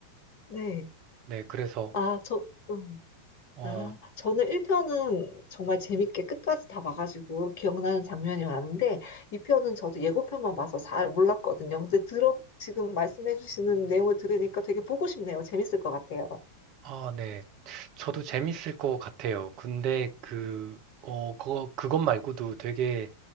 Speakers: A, on the left (about 50°); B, on the right (about 40°).
A: 네.
B: 네, 그래서
A: 아, 저, 음.
B: 어,
A: 아, 저는 1편은 정말 재밌게 끝까지 다 봐가지고 기억나는 장면이 많은데, 2편은 저도 예고편만 봐서 잘 몰랐거든요. 근데 들어, 지금 말씀해주시는 내용을 들으니까 되게 보고 싶네요. 재밌을 것 같아요.
B: 아, 네. 저도 재밌을 것 같아요. 근데 그, 어, 그거, 그것 말고도 되게